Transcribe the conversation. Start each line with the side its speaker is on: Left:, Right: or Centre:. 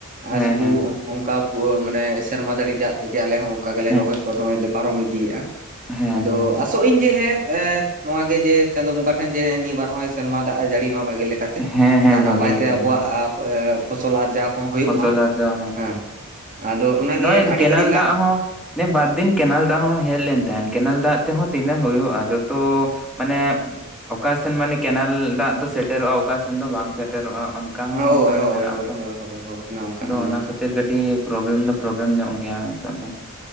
Right: ᱟᱨ
Centre: ᱦᱮᱸ
Right: ᱥᱩᱫᱩ
Centre: ᱦᱮᱸ
Right: ᱚᱱᱠᱟ ᱢᱟᱱᱮ ᱥᱮᱨᱢᱟ ᱫᱟᱲᱤ ᱡᱟᱜ ᱛᱮᱜᱮ ᱟᱞᱮ ᱦᱚᱸ ᱚᱱᱠᱟ ᱜᱮᱞᱮ
Centre: ᱦᱮᱸ
Right: ᱨᱚᱦᱚᱭ ᱠᱚ ᱱᱚᱜᱼᱚᱭ ᱞᱮ ᱯᱟᱨᱚᱢ ᱤᱫᱤᱭᱮᱼᱟ᱾
Centre: ᱦᱮᱸ
Right: ᱟᱫᱚ
Centre: ᱦᱮᱸ
Right: ᱟᱥᱚᱜ ᱟᱹᱧ ᱡᱮ ᱦᱮᱸ ᱮ ᱱᱚᱣᱟ ᱜᱮ ᱡᱮ ᱪᱟᱸᱫᱳ ᱵᱚᱸᱜᱟ ᱴᱷᱮᱱ ᱡᱮ ᱱᱤᱭᱟᱹ ᱵᱟᱨ ᱦᱚᱸᱭ ᱥᱮᱨᱢᱟ ᱫᱟᱜ ᱮ ᱡᱟᱹᱲᱤ ᱢᱟ ᱵᱷᱟᱜᱮ ᱞᱮ ᱠᱟᱛᱮ
Centre: ᱦᱮᱸ ᱦᱮᱸ
Right: ᱟᱨ ᱱᱟᱯᱟᱭᱛᱮ
Centre: ᱵᱷᱟᱜᱮ ᱞᱮᱠᱟ
Right: ᱟᱵᱚᱣᱟᱜ
Centre: ᱡᱟᱹᱲᱤ
Right: ᱯᱷᱚᱥᱚᱞ ᱟᱨᱡᱟᱣ ᱠᱚᱸ ᱦᱩᱭᱩᱜ
Centre: ᱯᱷᱚᱥᱚᱞ
Right: ᱢᱟ
Centre: ᱟᱨᱡᱟᱣ
Right: ᱦᱮᱸ ᱟᱫᱚ ᱚᱱᱟᱜᱮ
Centre: ᱱᱚᱜᱼᱚᱭ
Right: ᱟᱹᱰᱤ
Centre: ᱠᱮᱱᱮᱞ
Right: ᱜᱷᱟᱹᱲᱤᱡ
Centre: ᱫᱟᱜ
Right: ᱞᱟᱝ
Centre: ᱦᱚᱸ ᱱᱮ ᱵᱟᱨᱫᱤᱱ ᱠᱮᱱᱮᱞ ᱫᱟᱜ ᱦᱚᱸ ᱦᱮᱡ ᱞᱮᱱ ᱛᱟᱦᱮᱸᱱ ᱠᱮᱱᱮᱞ ᱫᱟᱜ ᱛᱮᱦᱚᱸ ᱛᱤᱱᱟᱹᱜ ᱦᱩᱭᱩᱜᱼᱟ ᱡᱚᱛᱚᱼᱼ ᱢᱟᱱᱮ ᱚᱠᱟ ᱥᱮᱱ ᱢᱟᱱᱮ ᱠᱮᱱᱮᱞ ᱫᱟᱜ ᱫᱚ ᱥᱮᱴᱮᱨᱚᱜᱼᱟ ᱚᱠᱟ ᱥᱮᱱ ᱫᱚ ᱵᱟᱝ ᱥᱮᱴᱮᱨᱚᱜᱼᱟ ᱚᱱᱠᱟ ᱦᱚᱸ
Right: ᱦᱳᱭ
Centre: ᱢᱟᱱᱮ
Right: ᱦᱳᱭ
Centre: ᱢᱮᱱᱟᱜ
Right: ᱦᱳᱭ
Centre: ᱟᱛᱚ
Right: ᱦᱳᱭ ᱦᱳᱭ ᱦᱳᱭ ᱚᱱᱮ ᱚᱱᱠᱟᱱ
Centre: ᱟᱫᱚ
Right: ᱚᱱᱮ
Centre: ᱚᱱᱟ
Right: ᱚᱱᱠᱟᱱ
Centre: ᱠᱷᱟᱹᱛᱤᱨ
Right: ᱠᱟᱛᱷᱟ
Centre: ᱠᱟᱹᱴᱤᱡ ᱯᱨᱚᱵᱞᱮᱢ ᱫᱚᱼᱼ ᱯᱨᱚᱵᱞᱮᱢ ᱧᱚᱜ ᱜᱮᱭᱟ ᱱᱤᱛᱚᱜ ᱫᱚ